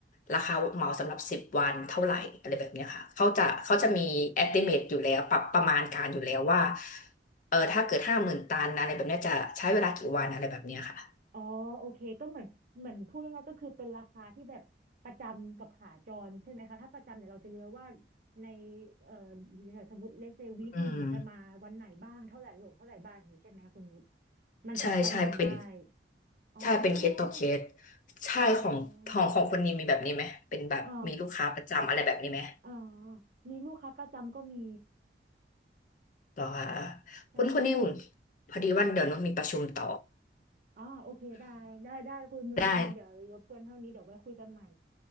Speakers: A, on the left; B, on the right.
A: ราคาเหมาสำหรับสิบวันเท่าไหร่อะไรแบบเนี้ยค่ะเขาจะเขาจะมี
B: ะ
A: estimate อยู่แล้วปรับประมาณการอยู่แล้วว่าเออถ้าเกิดห้าหมื่นตันอะไรแบบเนี้ยจะใช้เวลากี่วันอะไรแบบเนี้ยค่ะ
B: อ๋อโอเคก็เหมือนเหมือนพูดง่ายๆก็คือเป็นราคาที่แบบประจำกับขาจรใช่ไหมคะถ้าประจำเนี่ยเราจะเยอะว่าในเอ่อสมมติเลเซวีคหนึ่งเนี่ยจะมาวันไหนบ้างเท่าไหร่รวมเท่าไหร่บ้างอย่างนี้ใช่ไหมคุณนุช
A: อืม
B: มันจะประมาณได้
A: ใช่ใช่เป็น
B: อ๋อ
A: ใช่เป็นเคสต่อเคสใช่ของของของคนนี้มีแบบนี้ไหมเป็นแบบมีลูกค้าประจำอะไรแบบนี้ไหม
B: อ๋ออ๋ออ๋อมีลูกค้าประจำก็มี
A: บอกว่า
B: ใช่
A: คุณคุณนิ่มพอดีวันเดี๋ยวนุชมีประชุมต่อ
B: อ๋อโอเคได้ได้ได้คุณนุชยังไงเดี๋ยวรบกวนเท่านี้เดี๋ยวไว้คุยกันใหม่
A: <laughs> ได้